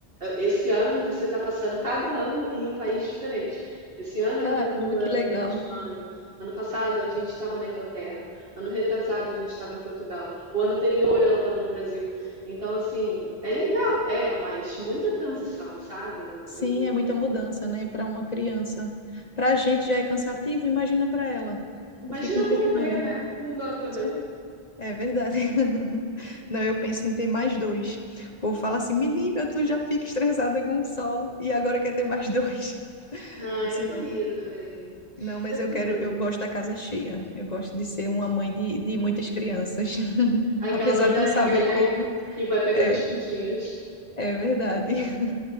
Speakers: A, on the right; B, on the left.
A: esse ano você está passando cada ano em um país diferente. Esse ano
B: Caramba,
A: ela está comemorando
B: que legal.
A: aqui na Espanha. Ano passado a gente estava na Inglaterra. Ano retrasado a gente estava em Portugal. O ano anterior ela estava no Brasil. Então, assim, é legal, é, mas muita transição, sabe?
B: Sim,
A: E
B: é muita mudança, né, para uma criança. Para a gente já é cansativo, imagina para ela.
A: imagina
B: Eu fico imaginando.
A: com bebê, né? Não dá também.
B: Então, É verdade. <laughs> Não, eu penso em ter mais dois. O povo fala assim, menina, tu já fica estressada com um só e agora quer ter mais dois. <laughs>
A: Ah,
B: Eu
A: eu
B: disse,
A: teria
B: não.
A: também.
B: Não, mas
A: Eu
B: eu
A: teria.
B: quero, eu gosto da casa cheia. Eu gosto de ser uma mãe de, de muitas crianças. <laughs>
A: Aquela
B: Apesar
A: mãe galinha,
B: de não saber
A: né?
B: como,
A: Que vai pegando
B: é,
A: os pintinhos.
B: é verdade.